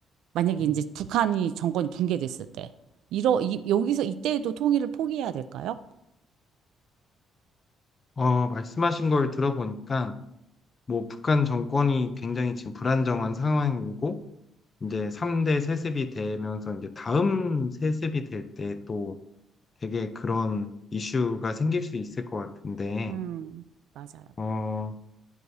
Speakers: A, on the right; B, on the left.
A: 만약에
B: 음,
A: 이제 북한이 정권이 붕괴됐을 때 이러 이, 여기서 이때에도 통일을 포기해야 될까요?
B: 어, 말씀하신 걸 들어보니까 뭐 북한 정권이 굉장히 지금 불안정한 상황이고 이제 3대 세습이 되면서 이제 다음 세습이 될 때 또 되게 그런 이슈가 생길 수 있을 것 같은데
A: 음, 맞아요.
B: 어,